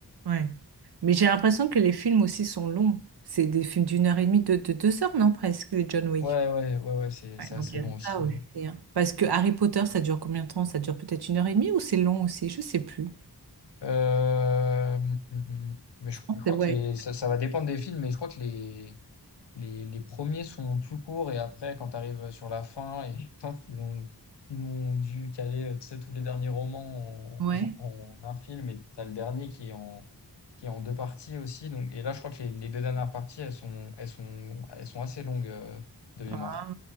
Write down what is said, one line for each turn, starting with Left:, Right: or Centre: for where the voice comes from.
Right: Ouais. Mais j'ai l'impression que les films aussi sont longs. C'est des films d'une heure et demie, de, de deux heures, non, presque, les John Wick.
Left: Ouais, ouais, ouais, ouais, c'est
Right: Ouais,
Left: c'est
Right: donc
Left: assez
Right: il y
Left: long
Right: a
Left: aussi.
Right: Ah oui.
Left: hein.
Right: Parce que Harry Potter, ça dure combien de temps? Ça dure peut-être une heure et demie ou c'est long aussi? Je sais plus.
Left: Euh, hum, hum, hum. hum. mais je,
Right: Je pense
Left: je
Right: que
Left: crois
Right: c'est ouais.
Left: que les, ça, ça va dépendre des films, mais je crois que les, les, les premiers sont plus courts et après, quand tu arrives sur la fin et <laughs> quand ils ont, ils ont dû caler, euh, tu sais, tous les derniers romans
Right: Ouais.
Left: en, <laughs> en un film et t'as le dernier qui est en, qui est en deux parties aussi. Donc, et là, je crois que les, les deux dernières parties, elles sont, elles sont, elles sont assez longues, euh, de mémoire.
Right: Ah.